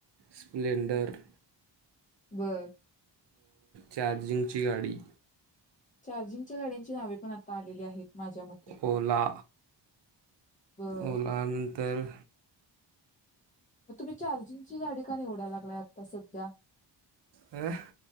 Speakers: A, on the right; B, on the left.
A: स्पलेंडर.
B: बरं
A: चार्जिंग ची गाडी
B: चार्जिंगच्या गाड्यांची नावे पण आता आलेली आहेत. माझ्या मते.
A: ओला
B: बर
A: ओला नंतर
B: मग तुम्ही चार्जिंगची गाडी का निवडायला लागलाय आता सध्या
A: ह